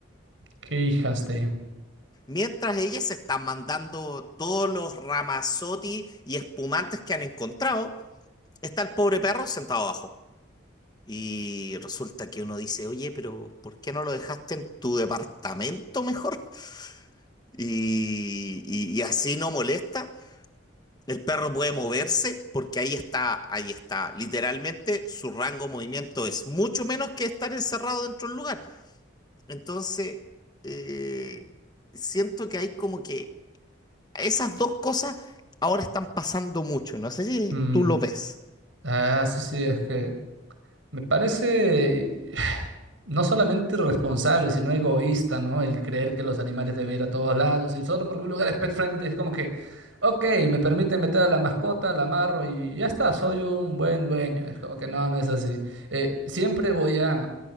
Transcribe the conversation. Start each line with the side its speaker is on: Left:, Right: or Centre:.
Right: qué hijas de.
Left: Mientras ellas se están mandando todos los ramazotti y espumantes que han encontrado, está el pobre perro sentado abajo. Y resulta que uno dice, oye, pero ¿por qué no lo dejaste en tu departamento mejor? <laughs> Y, y- y así no molesta. El perro puede moverse porque ahí está, ahí está. Literalmente su rango de movimiento es mucho menos que estar encerrado dentro del lugar. Entonces, eh, siento que hay como que esas dos cosas ahora están pasando mucho. No sé si
Right: Mm,
Left: tú lo ves.
Right: Ah, eso sí, es que. Me parece <sighs> no solamente irresponsable, sino egoísta, ¿no? El creer que los animales deben ir a todos lados y solo porque un lugar es pet friendly es como que, ok, me permite meter a la mascota, la amarro y ya está, soy un buen dueño. Es como que no, no es así. Eh, siempre voy a